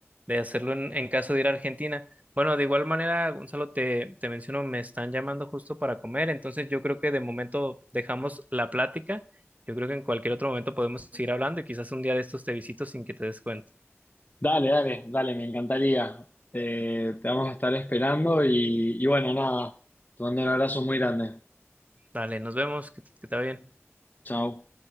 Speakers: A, on the right; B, on the left.
A: de hacerlo en, en caso de ir a Argentina. Bueno, de igual manera, Gonzalo, te, te menciono, me están llamando justo para comer, entonces yo creo que de momento dejamos la plática. Yo creo que en cualquier otro momento podemos seguir hablando y quizás un día de estos te visito sin que te des cuenta.
B: Dale, dale, dale, me encantaría. Eh, te vamos a estar esperando y, y bueno, nada, te mando un abrazo muy grande.
A: Dale, nos vemos, que, te- que te va bien.
B: Chao.